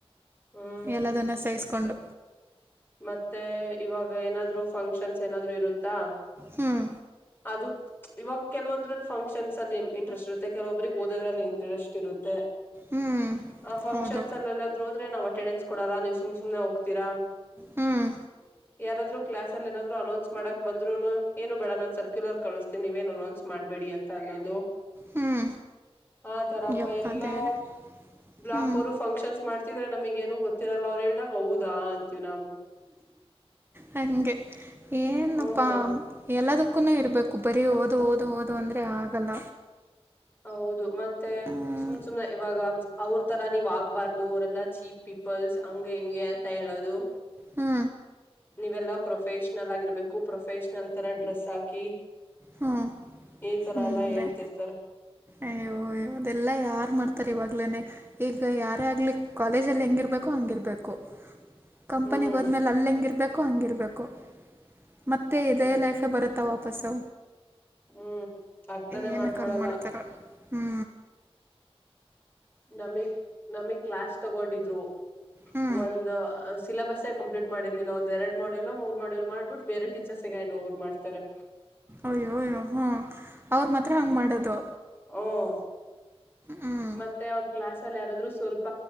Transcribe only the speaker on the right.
ಎಲ್ಲದನ್ನು ಸಹಿಸ್ಕೊಂಡು
ಹ್ಮ್
ಹ್ಞೂ
ಹೌದು
ಹ್ಮ್
ಹ್ಮ್
ಯಪ್ಪ
ದೇವ್ರೆ
ಹ್ಮ್
ಹಂಗೆ ಏನಪ್ಪಾ
ಎಲ್ಲದಕ್ಕೂನು ಇರಬೇಕು ಬರೀ ಓದು ಓದು ಓದು ಅಂದ್ರೆ ಆಗಲ್ಲ.
ಹ್ಮ್
ಹ್ಞೂ
ಹ್ಞೂ
ಸುಮ್ಮನೆ
ಅಯ್ಯೋ ಅದೆಲ್ಲ ಯಾರ್ ಮಾಡ್ತಾರೆ ಇವಾಗ್ಲೇನೆ ಈಗ ಯಾರೇ ಆಗಲಿ ಕಾಲೇಜಲ್ಲಿ ಹೆೇಂಗಿರಬೇಕು ಹಂಗಿರಬೇಕು? ಕಂಪನಿಗೆ
ಹೋದ್ಮೇಲೆ ಅಲ್ಲಿ ಹೆಂಗಿರ್ಬೇಕು ಹಂಗಿರ್ಬೇಕು. ಮತ್ತೆ ಇದೇ
ಲೈಫ ಬರುತ್ತಾ ವಾಪಸ್ಸು
ಏನಕ್
ಅಂಗ್ ಮಾಡ್ತಾರೋ ಹ್ಞೂ
ಹ್ಞೂ
ಅಯ್ಯೋ ಅಯ್ಯೋ ಹ್ಞ ಅವರು ಮಾತ್ರ ಹಂಗ ಮಾಡೋದು
ಹ್ಞೂ